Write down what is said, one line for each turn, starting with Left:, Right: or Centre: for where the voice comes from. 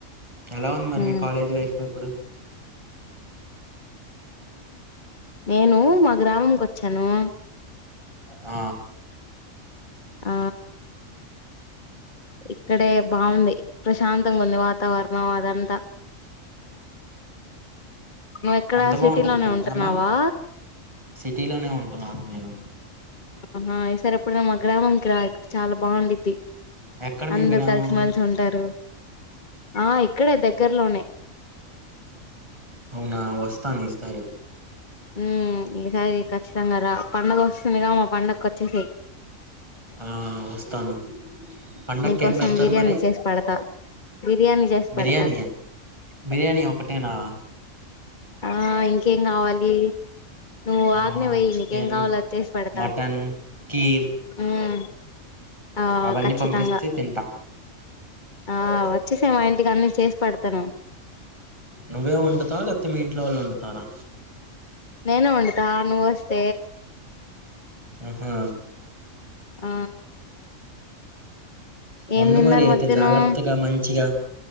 Right: ఎలా ఉంది మరి
Left: ఉమ్.
Right: మీ కాలేజ్ లైఫ్ తో ఇప్పుడు
Left: నేను మా గ్రామంకి వచ్చాను
Right: ఆ
Left: ఆ ఇక్కడే బాగుంది ప్రశాంతంగా ఉంది వాతావరణం అదంతా నువ్ ఎక్కడ
Right: అంత బాగుంటది
Left: సిటీలోనే
Right: మీ
Left: ఉంటున్నావా
Right: గ్రామం సిటీలోనే ఉంటున్నాను నేను
Left: ఆహా ఈ సార్ ఎప్పుడైన మా గ్రామంకి రా ఇక్క చాలా బాగుండిది
Right: ఎక్కడ మీ
Left: అందరు
Right: గ్రామం
Left: కలిసి మలిసి ఉంటారు ఆ ఇక్కడే దగ్గరలోనే
Right: అవునా వస్తాను ఇస్తారి
Left: ఉ ఈసారి ఖచ్చితంగా రా పండగ వస్తుందిగా మా పండకోచ్చేసేయి
Right: ఆ వస్తాను పండకి
Left: నీకోసం
Right: ఏం పెడతారు
Left: బిర్యానీ
Right: మరి
Left: చేసి పెడతా బిర్యానీ చేసి
Right: బిర్యానీయ
Left: పెడతా
Right: బిర్యానీ ఒకటేనా
Left: ఆ ఇంకేం కావాలి నువ్వు
Right: ఆ
Left: ఆజ్ఞ వేయి
Right: చికెన్
Left: నీకేం కావాలో అది చేసి పెడతా
Right: మటన్ కీర్
Left: ఉమ్ ఆ
Right: అవన్నీ
Left: ఖచ్చితంగా
Right: పంపిస్తే తింటా
Left: ఆ వచ్చేసెయి మా ఇంటికి అన్ని చేసి పెడతాను
Right: నువ్వే వండుతావ్ లేకపోతే మీ ఇంట్లో వాళ్ళు వండుతారా
Left: నేనే వండుతా నువొస్తే
Right: ఆహా
Left: ఆ ఏం
Right: వండు
Left: తిన్నారు
Right: మరి అయితే
Left: మధ్యాహ్నం
Right: జాగ్రత్తగా మంచిగా